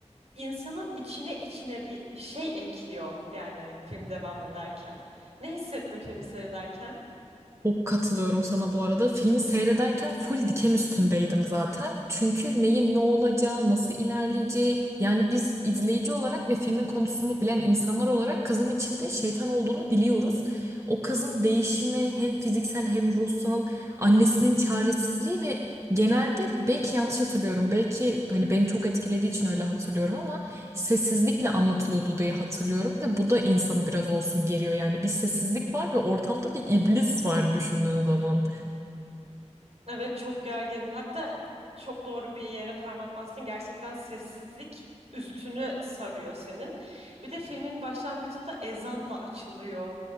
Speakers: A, on the right (about 65°); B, on the right (about 25°).
A: insanın içine içine bir, bir şey ekiyor yani film devam ederken. Ne hissettin film seyrederken?
B: Çok katılıyorum sana bu arada. Filmi seyrederken full diken üstündeydim zaten. Çünkü neyin ne olacağı, nasıl ilerleyeceği yani biz izleyici olarak ve filmin konusunu bilen insanlar olarak kızın içinde şeytan olduğunu biliyoruz. O kızın değişimi hem fiziksel hem ruhsal, annesinin çaresizliği ve genelde belki yanlış hatırlıyorum. Belki hani beni çok etkilediği için öyle hatırlıyorum ama sessizlikle anlatılıyordu diye hatırlıyorum ve bu da insanı biraz olsun geriyor yani bir sessizlik var ve ortamda bir iblis var düşündüğün zaman.
A: Evet çok gergin. Hatta çok doğru bir yere parmak bastın. Gerçekten sessizlik üstünü sarıyor senin. Bir de filmin başlangıcında ezanla açılıyor.